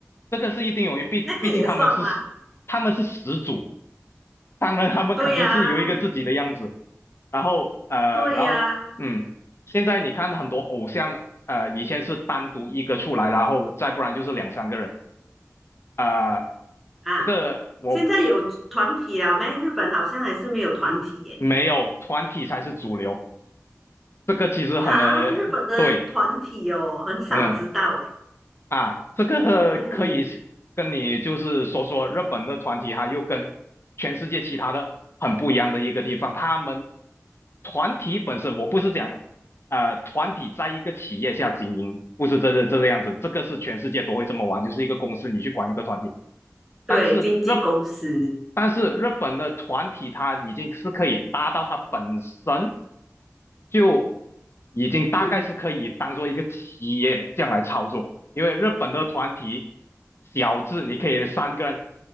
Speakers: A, on the left; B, in the centre.
A: 这个是一定有，毕毕竟他们是
B: 那个也算吗？
A: 他们是始祖，当然他们肯定是有一个自己的样子，
B: 对呀、
A: 然后呃，
B: 对呀，
A: 然后嗯，现在你看很多偶像，呃，以前是单独一个出来，然后再不然就是两三个人，啊、
B: 啊，
A: 这个我
B: 现在有团体了没？日本好像还是没有团体耶。
A: 没有团体才是主流，这个其实很呃对，
B: 哈，日本的团体哦，很少知道诶。
A: 嗯。啊，这个可以是跟你就是说说日本的团体，
B: 嗯，
A: 哈，又跟全世界其他的很不一样的一个地方。他们团体本身，我不是讲呃团体在一个企业下经营，不是这这这个样子，这个是全世界都会这么玩，就是一个公司你去管一个团体，
B: 对，
A: 但是日，
B: 经纪公司，
A: 但是日本的团体它已经是可以达到它本身就已经大概是可以当做一个企业这样来操作，
B: 嗯，
A: 因为日本的团体小字你可以三个人，